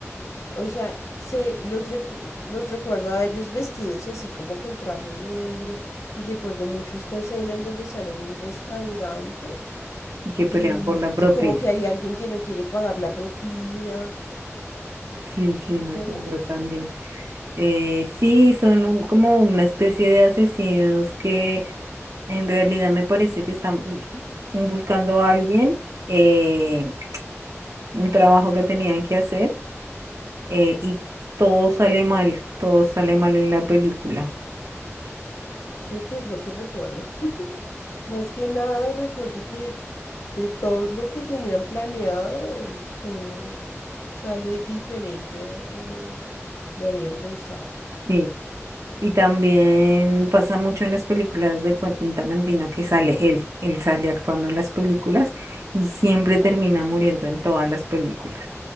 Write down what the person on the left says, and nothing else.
O sea, se, los, recu- los recuerdo a ellos vestidos así como con traje negro, y recuerdo mucho esta escena en donde están en un restaurante
y,
y como que hay alguien que no quiere pagar la propina.
¿Recuerdas?
Creo que es lo que recuerdo. <laughs> Más que nada recuerdo que de todo lo que tenían planeado, todo sale diferente a como lo habían pensado.